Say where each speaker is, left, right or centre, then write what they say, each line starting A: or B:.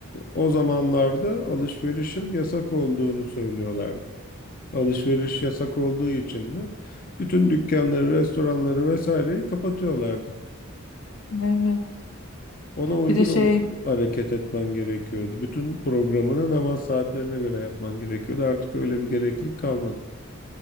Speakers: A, on the left; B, on the left.
A: o zamanlarda alışverişin yasak olduğunu söylüyorlardı. Alışveriş yasak olduğu için de bütün dükkanları, restoranları vesaireyi kapatıyorlardı.
B: Evet.
A: Ona uygun
B: Bir de şey
A: ol- hareket etmen gerekiyordu. Bütün programını namaz saatlerine göre yapman gerekiyordu. Artık öyle bir gereklilik kalmadı.